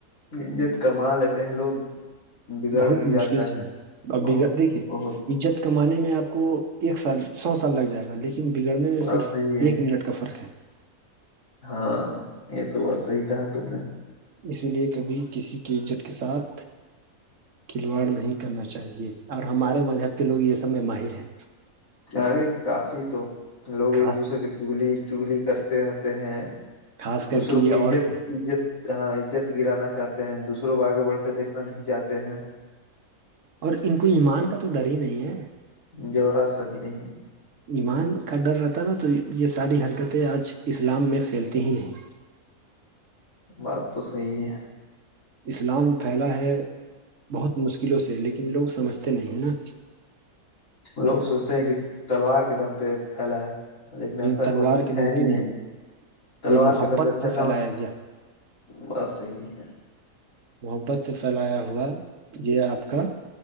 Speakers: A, on the left; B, on the right.
A: عزت کما لیتے ہیں لوگ بگڑ
B: بہت
A: بھی جاتا
B: مشکل سے
A: ہے
B: آگے
A: بہت
B: دیکھیے <unintelligible>
A: بہت
B: عزت کمانے میں آپ کو ایک سال سو سال لگ جائے گا لیکن بگڑنے میں
A: بات
B: صرف
A: صحیح ہے
B: ایک منٹ <unintelligible>
A: ہاں یہ تو بات صحیح کہا تم نے
B: اسی لیے کبھی کسی کی عزت کے ساتھ کھلواڑ نہیں کرنا چاہیے اور ہمارے مذہب کے لوگ یہ سب میں ماہر ہیں
A: ارے کافی تو لوگ ایک
B: خاص
A: دوسرے کے چگلی چگلی کرتے رہتے ہیں
B: خاص کر
A: دوسروں
B: کے یہ
A: کو
B: عورتیں
A: عزت عزت ہا عزت گرانا چاہتے ہیں دوسروں کو آگے بڑھتے دیکھنا سودھار چاہتے ہیں
B: اور ان کو ایمان کا تو ڈر ہی نہیں ہے
A: جورا سبھی نہیں
B: ایمان کا ڈر رہتا نا تو یہ ساری حرکتیں آج اسلام میں پھیلتی ہی نہیں
A: بات تو صحیح ہے
B: اسلام پھیلا ہے بہت مشکلوں سے لیکن لوگ سمجھتے نہیں ہے نا
A: لوگ سوچتے ہیں کہ تلوار کے دم پہ پھیلا ہے لیکن ایسا
B: تلوار
A: ہو ہی
B: کے
A: ہے
B: دم
A: ہی
B: پہ
A: نہیں تلوار
B: یہ محبت
A: کے دبے پھیلنا
B: سے پھیلایا
A: ہوتے
B: گیا
A: بس یہی ہے
B: محبت سے پھیلایا ہوا یہ آپ کا